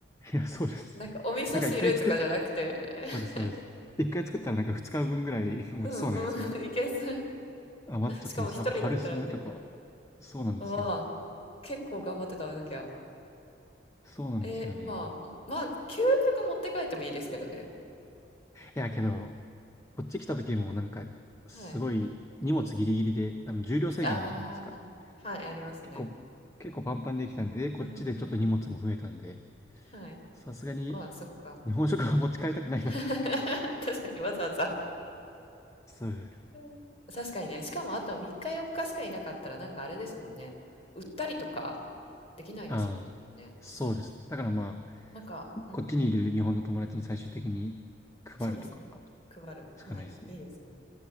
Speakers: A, on the left; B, on the left.
A: いや、そうです。
B: なんかお味噌汁とかじゃなくて。
A: なんか1回作っ、
B: <laughs>
A: そうです、そうです。1回作ったらなんか2日分ぐらい <laughs> 持ちそうなやつが
B: うんうん。<laughs> いけそ
A: 余っちゃってるんですよ。
B: しかも一人だったらね。
A: あと春雨とか、そうなんですよ。
B: わあ、結構頑張って食べなきゃ。
A: そうなんですよね。
B: えー、まあ、まあ、究極持って帰ってもいいですけどね。
A: いや、けど、こっち来た時もなんか、すごい荷物ギリギリで、
B: はい。
A: あの、重量制限あるじゃないですか。
B: ああ、はい、ありますね。
A: 結構、結構パンパンにできたんで、でこっちでちょっと荷物も増えたんで、
B: うんうん。はい。
A: さすがに
B: まあ、そっか。
A: 日本食は持ち帰りたくないなと思って。
B: <laughs> 確かにわざわざ。
A: <laughs> そうです。
B: うん。確かにね、しかもあと3日4日しかいなかったらなんかあれですもんね。売ったりとかできないですもんね。
A: ああ、そうですね。だからまあ、
B: なんか、うん、
A: こっちにいる日本の友達に最終的に配るとか
B: そうですね。配る。
A: しかないですね。
B: はい、いいですね。